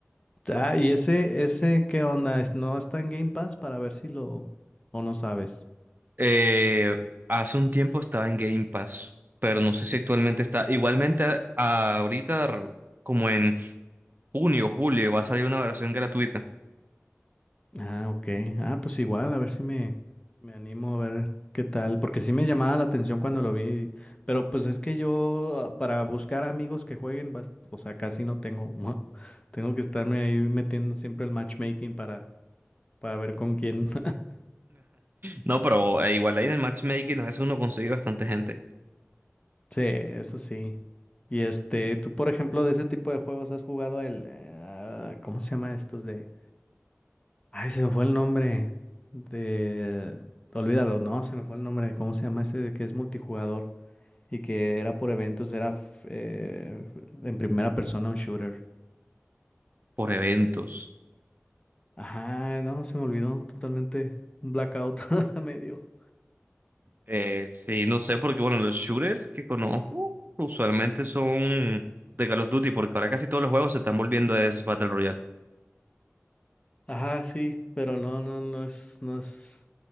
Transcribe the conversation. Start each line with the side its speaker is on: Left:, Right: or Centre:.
Left: Ah, y ese, ese, ¿qué onda? ¿Es- ¿No está en Game Pass para ver si lo, o no sabes?
Right: Eh, hace un tiempo estaba en Game Pass, pero no sé si actualmente está. Igualmente, a- ahorita, r- como en junio o julio, va a salir una versión gratuita.
Left: Ah, ok. Ah, pues igual, a ver si me, me animo a ver qué tal, porque sí me llamaba la atención cuando lo vi, pero pues es que yo ah, para buscar amigos que jueguen, bas- o sea, casi no tengo. <laughs> Tengo que estarme ahí metiendo siempre el matchmaking para, para ver con quién. <laughs>
Right: No, pero eh, igual ahí en el matchmaking a veces uno consigue bastante gente
Left: Sí, eso sí. Y este, tú por ejemplo de ese tipo de juegos has jugado el, eh, ah, ¿cómo se llama estos de? Ay, se me fue el nombre de, olvídalo, no, se me fue el nombre. ¿Cómo se llama ese de que es multijugador? y que era por eventos, era f- eh, en primera persona un shooter.
Right: por eventos.
Left: Ajá, no, se me olvidó totalmente. Un blackout <laughs> me dio.
Right: Eh, sí, no sé, porque bueno, los shooters que conozco usualmente son de Call of Duty, porque ahora casi todos los juegos se están volviendo es Battle Royale.
Left: Ajá, sí, pero no, no, no es, no es.